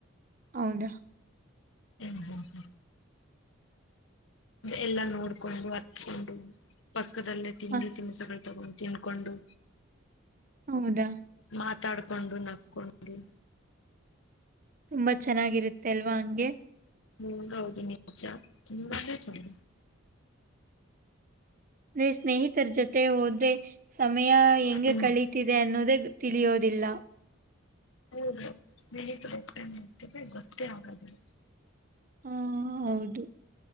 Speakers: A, on the right; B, on the left.
A: ಹೌದಾ
B: ಹ್ಮ ಹ್ಮ್ ಹಾ ಎಲ್ಲ ನೋಡ್ಕೊಂಡು ಹತ್ಕೊಂಡು ಪ ದಲ್ಲೇ ತಿಂಡಿ
A: ಆ,
B: ತಿಂಡಿ ಸ ತಗೊಂಡು ತಿನ್ಕೊಂಡು
A: ಹೌದಾ
B: ಮಾತಾಡ್ಕೊಂಡು ನಕ್ಕೊಂಡು
A: ತುಂಬಾ ಚೆನ್ನಾಗಿರುತ್ತೆ ಅಲ್ವಾ ಹಂಗೆ
B: ಮುಂಗಾ ಅದು ನಿಜಾ ತುಂಬಾ ಚನ್
A: ಅಂದ್ರೆ ಸ್ನೇಹಿತರ ಜೊತೆ ಹೋದ್ರೆ ಸಮಯ ಹೆಂಗೆ
B: ಹ್ಮ್
A: ಕಳೀತಿದೆ ಅನ್ನೋದೇ ತಿಳಿಯೋದಿಲ್ಲ
B: ಹೌದು ಸ್ನೇಹಿತರುತನೆ ಇತವೆ ಗೊತ್ತೇ ಆಗ <inaudible> ದು್ರ
A: ಹಾ ಹೌದು